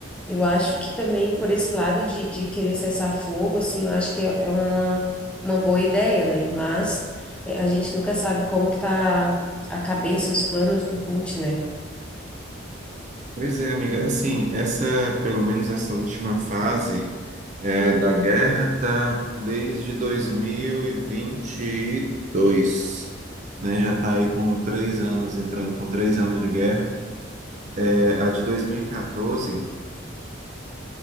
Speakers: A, in the centre; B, on the right.
A: Eu acho que também por esse lado de, de querer cessar fogo, assim, eu acho que é, é uma, uma boa ideia, né? Mas eh, a gente nunca sabe como que tá a cabeça, os planos do Putin, né?
B: Pois é, amiga. Assim, essa, pelo menos essa última fase é,
A: Uhum,
B: da guerra tá desde dois mil e e vinte e dois, né? Já tá aí com três anos, entrando com três anos de guerra. É, a de 2014,